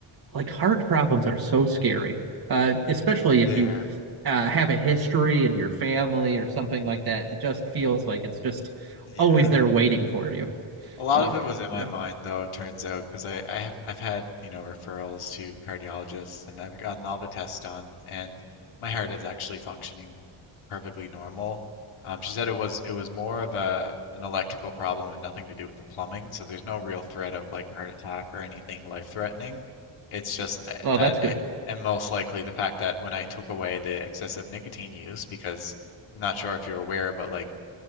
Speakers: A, on the right; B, on the left.
A: like heart problems are so scary, uh, especially if
B: There.
A: you uh, have a history in your family or something like that. It just feels like it's just
B: Yeah.
A: always there waiting for you.
B: A lot
A: Oh,
B: of it was in my
A: yeah.
B: mind, though, it turns out, because I, I have I've had, you know, referrals to cardiologists and I've gotten all the tests done and my heart is actually functioning perfectly normal. Um, she said it was it was more of a an electrical problem and nothing to do with the plumbing, so there's no real threat of like heart attack or anything life-threatening. It's just that,
A: Oh,
B: that
A: that's
B: a-
A: good.
B: and most likely the fact that when I took away the excessive nicotine use, because I'm not sure if you're aware, but like